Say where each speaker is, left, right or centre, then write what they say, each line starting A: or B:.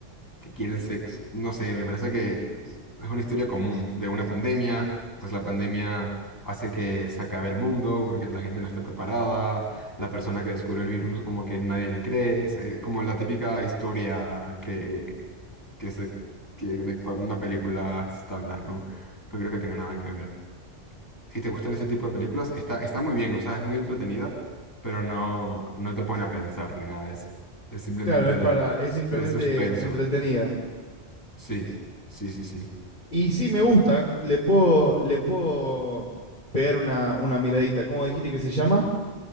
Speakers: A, on the left; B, on the left.
A: que quieren sexo. No sé, me parece que es una historia común de una pandemia, pues la pandemia hace que se acabe el mundo porque la gente no está preparada, la persona que descubre el virus como que nadie le cree, se- como la típica historia que, que se, que de cua- una película estándar, ¿no? No creo que tenga nada que ver. Si te gustan ese tipo de películas, está, está muy bien, o sea, es muy entretenida, pero no, no te pone a pensar ni nada, es, es simplemente
B: Claro, es
A: de,
B: para,
A: de
B: es simplemente
A: de suspenso.
B: entretenida.
A: Sí, sí, sí, sí.
B: Y sí me gusta, le puedo, le puedo pegar una, una miradita. ¿Cómo dijiste que se llama?